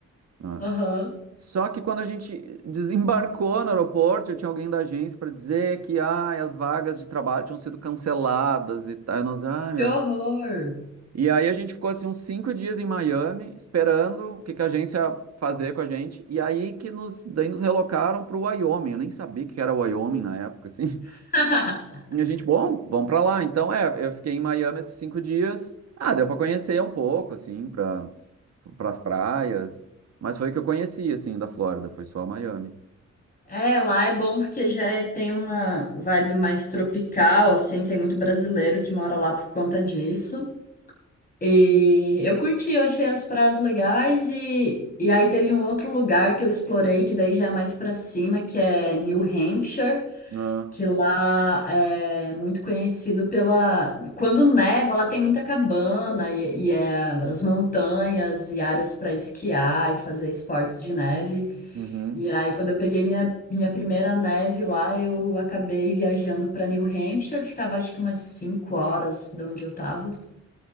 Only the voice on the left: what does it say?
aham.
Que horror!
<laughs>
É, lá é bom porque já é- tem uma vibe mais tropical, assim, tem muito brasileiro que mora lá por conta disso. E eu curti, eu achei as praias legais e, e aí teve um outro lugar que eu explorei, que daí já é mais pra cima, que é New Hampshire,
que lá é muito conhecido pela... Quando neva, lá tem muita cabana e, e é as montanhas e áreas pra esquiar e fazer esportes de neve.
E aí, quando eu peguei minha, minha primeira neve lá, eu acabei viajando pra New Hampshire, ficava acho que umas 5 horas de onde eu tava.